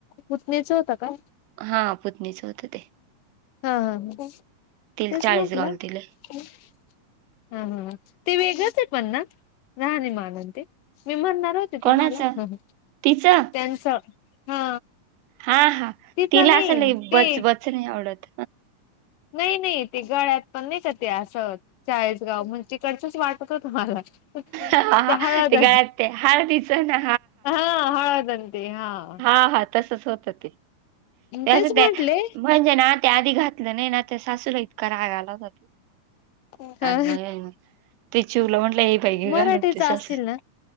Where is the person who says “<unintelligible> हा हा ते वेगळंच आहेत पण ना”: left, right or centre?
Left